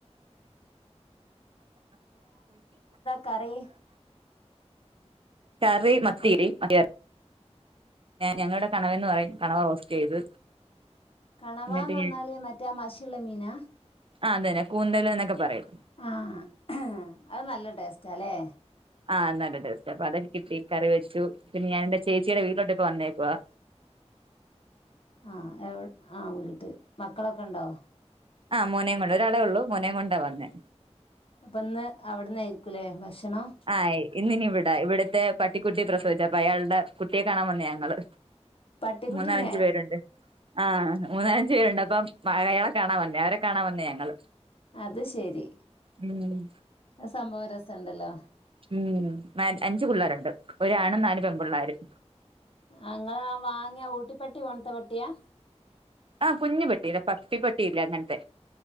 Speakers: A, on the left; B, on the right.
A: കറീ
B: കറി മത്തിരി മ ഞങ്ങളുടെ കണവന്ന് പറയും കണവ് റോസ്റ്റ് ചെയ്ത്
A: കണവാന്ന്
B: എന്നിട്ട്
A: പറഞ്ഞാല്
B: ഞാൻ
A: മറ്റേ മശിയുള്ള മീനാ
B: ആ അതന്നെ കൂന്തല് എന്നൊക്കെ പറയും
A: ആഹ് അത് നല്ല ടേസ്റ്റാല്ലേ
B: ആഹ് നല്ല ടേസ്റ്റാ അപ്പൊ അതൊക്കെ കിട്ടി കറി വെച്ചു പിന്നെ ഞാനെന്റെ ചേച്ചിയുടെ വീട്ടിലോട്ടിപ്പൊ വന്നേക്കുവാ
A: ആ എവി ആ വീട്ട് മക്കളൊക്കെ ഇണ്ടോ?
B: ആ മോനേം കൊണ്ട് ഒരാളെ ഉള്ളൂ മോനേം കൊണ്ടാ വന്നേ
A: അപ്പൊ ഇന്ന് അവിടുന്നായിരിക്കൂല്ലേ ഭക്ഷണം?
B: ആഹ് ഇന്നിനി ഇവിടാ ഇവിടുത്തെ പട്ടിക്കുട്ടി പ്രസവിച്ചപ്പ അയാളുടെ കുട്ടിയെ കാണാ വന്നേ ഞങ്ങള്
A: പട്ടിക്കുട്ടിനെ
B: മൂന്നാലഞ്ചു പേരുണ്ട്. ആഹ് മൂന്നാലഞ്ച് പേരുണ്ട് അപ്പം അയളെ കാണാൻ വന്നേ അവരെ കാണാൻ വന്നേ ഞങ്ങള്
A: അത് ശെരി
B: ഉം
A: അത് സംഭവം രസണ്ടല്ലോ
B: ഉം മേ അഞ്ച് പിള്ളേരുണ്ട് ഒരാണും നാല് പെൺപിള്ളേരും
A: ആ ഇങ്ങളാ വാങ്ങിയ ഊട്ടിപ്പട്ടി പോൽത്ത പട്ടിയാ
B: ആഹ് കുഞ്ഞി പട്ടിയില്ലെ പസ്സി പട്ടിയില്ല അങ്ങനത്തെ